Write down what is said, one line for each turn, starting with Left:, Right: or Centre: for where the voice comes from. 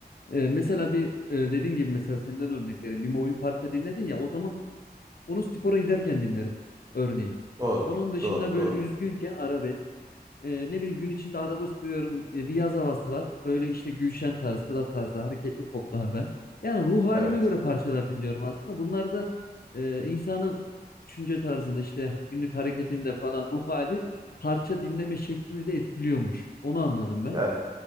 Left: Ee, mesela bir e, dediğin gibi mesela senden örnek vereyim. Bir mobil parça dinledin ya o zaman onu spora giderken dinlerim örneğin.
Right: Doğru,
Left: Onun dışında
Right: doğru,
Left: böyle
Right: doğru.
Left: üzgünken arabesk. E, ne bileyim gün içinde araba sürüyorum. E, bir yaz havası var. Böyle işte Gülşen tarzı, Sıla tarzı, hareketli poplarda. Yani ruh halime
Right: Evet.
Left: göre parçalar dinliyorum aslında. Bunlar da e, insanın düşünce tarzında işte günlük hareketinde falan ruh hali parça dinleme şeklini de etkiliyormuş. Onu anladım ben.
Right: Ya